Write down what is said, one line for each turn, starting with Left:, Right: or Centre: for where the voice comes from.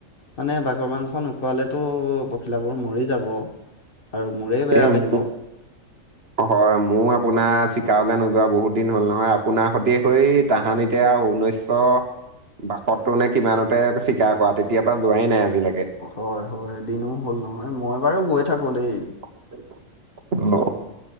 Left: মানে বাঘৰ মাংস নোখোৱালেতো পখিলাবোৰ মৰি যাব আৰু মোৰেই বেয়া
Right: এ মোৰ
Left: লাগিব।
Right: হয় মোৰ আপোনাৰ চিকাৰলে নোযোৱা বহুত দিন হ'ল নহয় আপোনাৰ সৈ হৈ তাহানিতে আৰু উঊনৈশশ বাাসতটোানে কিমানতে চিকাৰ কৰা তেতিয়াৰ পৰা যোৱাই নাই আজিলৈকে
Left: হয় হয় দিনো হ'ল নহয় মই বাৰু গৈ থাকো দেই
Right: <unintelligible> অ